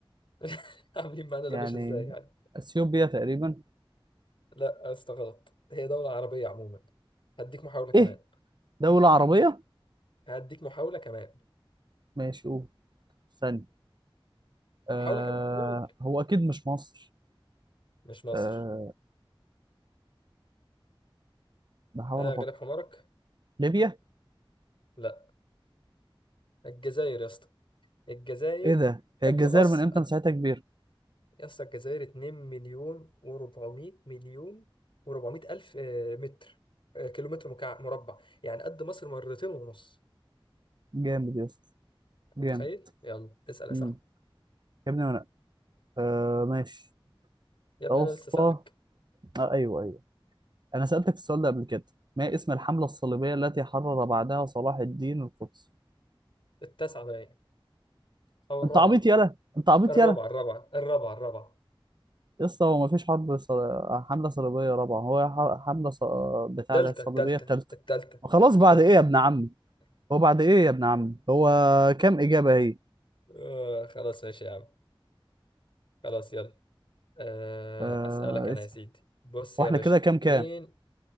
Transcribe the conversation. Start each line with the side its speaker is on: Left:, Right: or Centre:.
Left: <laughs> عاملين معانا لا
Right: يعني
Left: مش ازاي يعني
Right: أثيوبيا تقريبا
Left: لا يا اسطى غلط هي دولة عربية عموما هديك محاولة كمان
Right: إيه دولة عربية
Left: هديك محاولة كمان
Right: ماشي قول ثانية آه
Left: محاولة كمان قول
Right: هو أكيد مش مصر
Left: مش مصر
Right: آه بحاول
Left: ها
Right: أفكر
Left: غلب حمارك
Right: ليبيا
Left: لا الجزائر يا اسطى الجزائر
Right: إيه ده هي
Left: قد
Right: الجزائر
Left: مصر
Right: من إمتى
Left: قد
Right: مساحتها كبيرة
Left: يا اسطى الجزائر 2 مليون و400 مليون و400 الف آه، متر آه، كيلومتر مكع- مربع يعني قد مصر مرتين ونص
Right: جامد يا اسطى جامد
Left: متخيل يلا اسأل يا
Right: مم.
Left: صاحبي
Right: يا ابني أنا آه ماشي
Left: يا ابني
Right: يا
Left: انا
Right: اسطى
Left: لسه سألك
Right: آه أيوه أيوه أنا سألتك السؤال ده قبل كده ما اسم الحملة الصليبية التي حرر بعدها صلاح الدين القدس
Left: التاسعة باين او الرابعة
Right: أنت عبيط يالا أنت عبيط
Left: الرابعة
Right: يالا
Left: الرابعة الرابعة الرابعة
Right: يا اسطى هو مفيش حرب صل... حملة صليبية رابعة هو ح- حملة ص... بتاع
Left: التالتة
Right: ده الصليبية
Left: التالتة
Right: التالتة
Left: التالتة
Right: خلاص
Left: التالتة
Right: بعد إيه يا ابن عمي هو بعد إيه يا ابن عمي هو كام إجابة هي
Left: <laughs> آه، خلاص ماشي يا عم خلاص يلا آه،
Right: آه...
Left: اسألك انا
Right: اسأل
Left: يا سيدي بص
Right: وإحنا
Left: يا باشا
Right: كده كام كام
Left: مين